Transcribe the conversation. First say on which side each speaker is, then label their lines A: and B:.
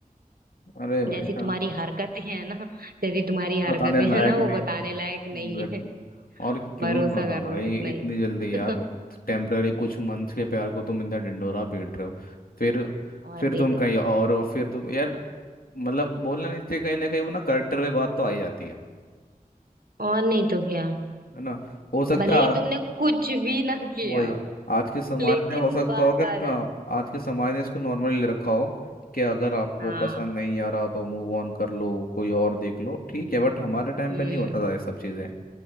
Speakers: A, on the left; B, on the right.
A: अरे भाई
B: जैसी
A: साहब
B: तुम्हारी हरकतें हैं ना <laughs> जैसी तुम्हारी हरकतें
A: बताने लायक
B: हैं ना वो
A: भी
B: बताने
A: नहीं
B: लायक नहीं
A: Exactly. और क्यों
B: भरोसा
A: नहीं मारना
B: करना
A: भाई
B: इतना
A: इतनी
B: ही
A: जल्दी
B: <laughs>
A: यार टेम्पररी कुछ मंथ के प्यार को तुम इतना ढिंढोरा पीट रहे हो फिर
B: और
A: फिर
B: नहीं
A: तुम
B: तो
A: कहीं और हो फिर तुम यार मतलब बोलना नहीं चाहिए कहीं ना कहीं वो ना करेक्टर में बात तो आ ही जाती है
B: और नहीं तो क्या
A: है ना हो सकता
B: भले ही
A: है
B: तुमने कुछ भी ना किया
A: वही
B: हो
A: आज के समाज
B: लेकिन
A: ने हो सकता
B: बात
A: हो कि
B: आ जाती
A: अ, आज के समाज ने इसको नॉर्मली ले रखा हो कि अगर आपको
B: हाँ
A: पसंद नहीं आ रहा तो मूव ऑन कर लो कोई और देख लो ठीक है बट हमारे टाइम
B: हम्म
A: पे नहीं होता था ये सब चीज़ें